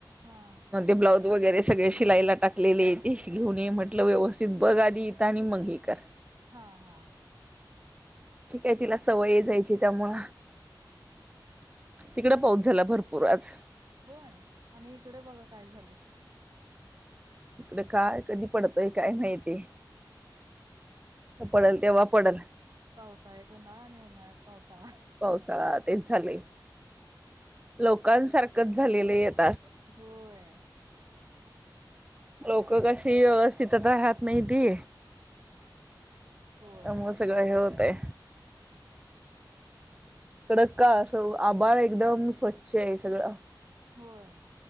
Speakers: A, on the right (about 50°); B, on the right (about 15°).
A: हा
B: अन ते ब्लाउज वगैरे सगळे शिलाईला टाकलेेले ते घेऊन ये म्हटलं व्यवस्थित बघ आधी इथं आणि मग हे कर
A: हा हा
B: ठीक आहे तिला सवय आहे जायची त्यामुळ तिकडं पाऊस झाला भरपूर आज
A: होय आणि इकडे बघा काय झालय.
B: इकडं काय कधी पडतोय काय माहिती पडल तेव्हा पडल
A: पावसाळ्यात उन्हाळा आणि उन्हाळ्यात पावसाळा
B: पावसाळा तेच झाले लोकांसारखंच झालेलं आहेत.
A: होय
B: लोक कशी व्यवस्थित आता राहत नाहीती.
A: होय
B: त्यामुळं सगळं हे होतय. कडक का अस आभळ एकदम स्वच्छ आहे सगळं
A: होय.